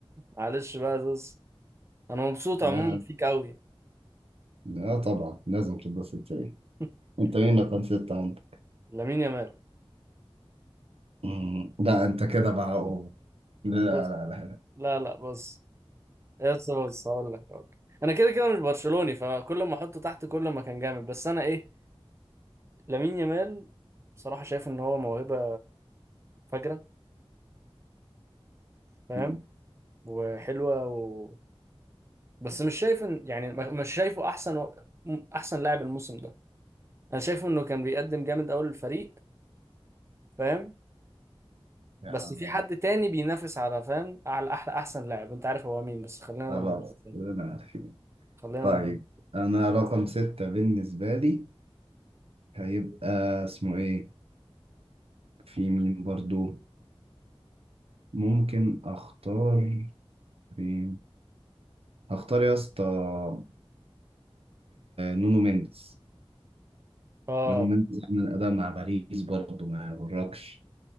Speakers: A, on the right (about 25°); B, on the right (about 75°).
A: معلش بقى بص انا مبسوط
B: لا
A: عموما فيك قوي
B: لا طبعا لازم تبقى ستة إيه
A: <laughs>
B: أنت مين اللي كان ستة أنت؟
A: لامين يامال
B: مم. لا أنت كده بقى أوه. لا
A: بص
B: لا لا لا
A: لا لا بص يس بص هقول لك هقول لك. انا كده كده مش برشلوني فكل ما احطه تحت كل ما كان جامد بس انا ايه لامين يامال بصراحة شايف إن هو موهبة فجرة فاهم
B: مم.
A: وحلوة و... بس مش شايف إن يعني ما- مش شايفه أحسن و... أحسن لاعب الموسم ده أنا شايفه إنه كان بيقدم جامد أوي للفريق فاهم
B: يا
A: بس
B: عم
A: في حد تاني بينافس على فاهم على أحلى أحسن لاعب أنت عارف هو مين بس خلينا لما
B: خلاص
A: نوصل. له.
B: أنا عارفين
A: <laughs> خلينا
B: طيب
A: لما
B: أنا رقم ستة بالنسبة لي هيبقى اسمه إيه؟ في مين برضو؟ ممكن أختار مين؟ هختار يا اسطى آه، نونو مينديز
A: آه
B: نونو مينديز عمل أداء مع باريس برضه ما يغركش